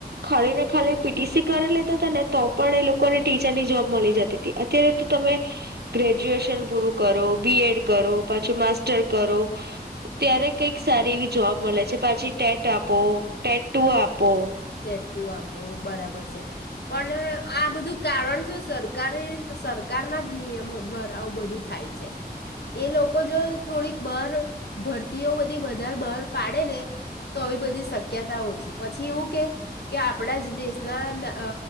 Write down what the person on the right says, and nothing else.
ખાલી ને ખાલી પીટીસી કરી લેતા હતા ને તો પણ એ લોકોને ટીચરની જોબ મળી જતી હતી અત્યારે તો તમે ગ્રેજ્યુએશન પૂરું કરો બીએડ કરો પાછો માસ્ટર કરો ત્યારે કંઈક સારી એવી જોબ મળે છે પાછી ટેટ આપો ટેટ ટુ આપો